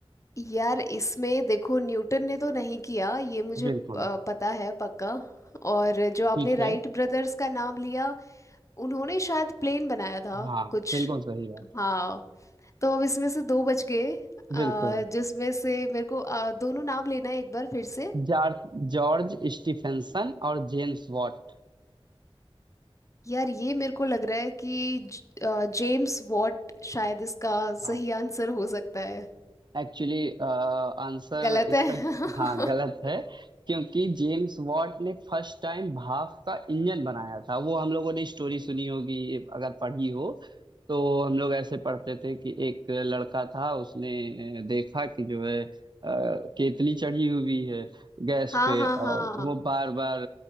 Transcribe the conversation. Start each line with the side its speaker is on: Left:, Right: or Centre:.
Left: यार इसमें देखो न्यूटन ने तो नहीं किया ये मुझे
Right: बिल्कुल
Left: अ, पता है पक्का और जो आपने
Right: ठीक
Left: राइट
Right: है
Left: ब्रदर्स का नाम लिया उन्होंने शायद प्लेन बनाया था
Right: हाँ
Left: कुछ
Right: बिल्कुल सही बात
Left: हाँ तो अब इसमें से दो बच गए अ,
Right: बिल्कुल
Left: जिसमें से मेरे को अ, दोनों नाम लेना है एक बार फिर से
Right: जॉर्ज जॉर्ज स्टीफेंसन और जेम्स वॉट
Left: यार ये मेरे को लग रहा है कि ज- अ, जेम्स वॉट शायद इसका सही
Right: हाँ
Left: आंसर हो सकता है
Right: एक्चुअली आंसर
Left: गलत
Right: इसका
Left: है <laughs>
Right: हाँ गलत है क्योंकि जेम्स वॉट ने फर्स्ट टाइम भाप का इंजन बनाया था वो हम लोगों ने स्टोरी सुनी होगी अगर पढ़ी हो तो हम लोग ऐसे पढ़ते थे कि एक लड़का था उसने देखा कि जो है अ, केतली चढ़ी हुई है गैस
Left: हाँ
Right: पे
Left: हाँ हाँ
Right: और वो बार बार